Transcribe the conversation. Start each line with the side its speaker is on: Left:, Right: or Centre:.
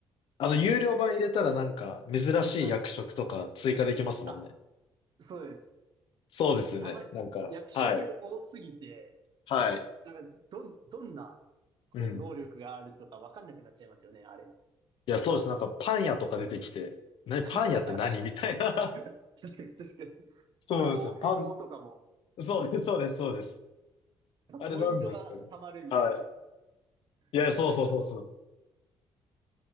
Left: あの、有料版入れたらなんか、珍しい役職とか追加できますもんね。
Right: はい。あ、そうです。
Left: そうですよね。
Right: で、たまに役職多すぎて、
Left: なんか、はい。はい。
Right: なんかどん、どんな、こう、
Left: うん。
Right: 能力があるとかわかんなくなっちゃいますよね、あれ。
Left: いや、そうです。なんか、パン屋とか出てきて、ね、パン屋って何みたいな。
Right: <laughs> 確かに確かに。
Left: <laughs> そうですよ。
Right: 富豪、
Left: パン、
Right: 富豪とかも、
Left: そうです、そうです、そうです。あれ何なんですかね。
Right: ポイントが貯まるみたいな。
Left: はい。いや、
Right: 勝った人の。
Left: そうそうそうそう。